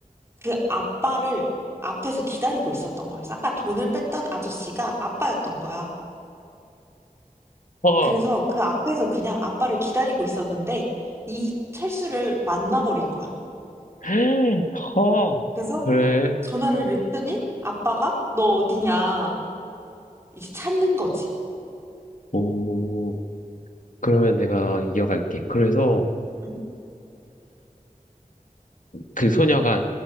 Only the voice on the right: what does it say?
그 아빠를 앞에서 기다리고 있었던 거였어. 아까 돈을 뺐던 아저씨가 아빠였던 거야.
그래서 그 앞에서 그냥 아빠를 기다리고 있었는데 이 철수를 만나버린 거야.
그래서
전화를 했더니 아빠가 너 어디냐 이제 찾는 거지.
응?